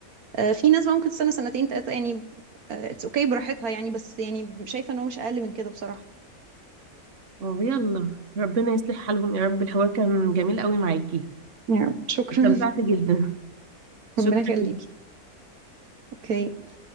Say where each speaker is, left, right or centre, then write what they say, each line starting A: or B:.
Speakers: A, on the right; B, on the right.
A: آه، في ناس بقى ممكن تستنى سنتين تلاتة يعني اتس اوكي براحتها يعني بس يعني شايفة ان هو مش اقل من كده بصراحة
B: اه يلا ربنا يصلح حالهم يا رب الحوار كان جميل قوي معاكي
A: يعني شكرا
B: استمتعت جدا شكرا
A: <laughs> ربنا يخليكي اوكي